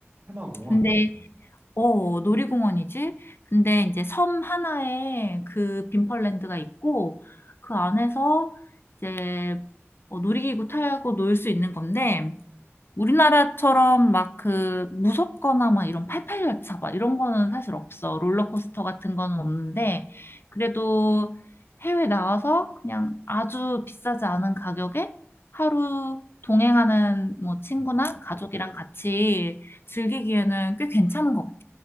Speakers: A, on the right; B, on the left.
A: 테마공원.
B: 근데
A: 음.
B: 어, 놀이공원이지? 근데 이제 섬 하나에 그 빈펄랜드가 있고, 그 안에서 이제 어, 놀이기구 타고 놀 수 있는 건데, 우리나라처럼 막 그 무섭거나 막 이런 팔팔열차 막 이런 거는 사실 없어. 롤러코스터 같은 거는 없는데, 그래도 해외 나가서 그냥 아주 비싸지 않은 가격에 하루 동행하는 뭐 친구나
A: 음.
B: 가족이랑 같이 즐기기에는 꽤 괜찮은 것 같아.